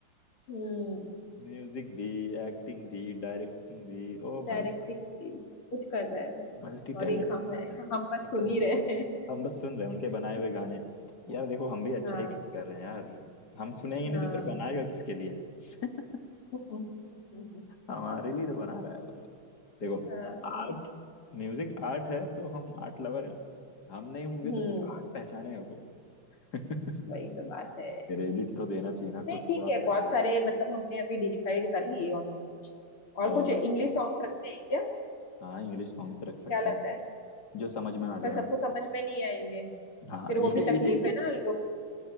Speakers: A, on the left; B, on the left.
A: हम्म
B: म्यूजिक भी एक्टिंग भी डायरेक्टिंग भी ओ
A: डायरेक्टिंग
B: भाई
A: सब कुछ कर रहा है भाई
B: मल्टी
A: और
B: टैलेंटेड
A: एक हम
B: बंदा
A: है
B: है
A: हम बस
B: ठीक
A: सुन
B: है
A: ही रहे हैं
B: हम बस सुन रहे हैं उनके बनाए हुए गाने यार देखो हम भी अच्छा
A: हाँ
B: ही काम कर रहे हैं यार हम सुनेंगे नहीं
A: हाँ
B: तो फिर बनाएगा किसके लिए <laughs>
A: <laughs>
B: हमारे लिए तो बना रहा है वो। देखो
A: हाँ
B: आर्ट म्यूजिक आर्ट है तो हम आर्ट लवर हैं हम नहीं होंगे
A: हम्म
B: तो फिर आर्ट पहचानेगा को <laughs>
A: वही तो बात है
B: क्रेडिट तो देना चाहिए ना
A: नहीं
B: खुद
A: ठीक
B: को और
A: है
B: अपने-
A: बहुत सारे मतलब हमने अभी डिसाइड कर लिए ऑलमोस्ट और
B: और
A: कुछ इंग्लिश सॉन्ग्स रखने हैं क्या
B: हाँ इंग्लिश सॉन्ग भी रख सकते
A: क्या लग
B: हैं
A: रहा है
B: जो समझ में आ जाए
A: पर सबको
B: बस।
A: समझ में नहीं आएंगे
B: हाँ
A: फिर वो
B: ये
A: भी तकलीफ
B: ये <laughs> ये,
A: है ना लोग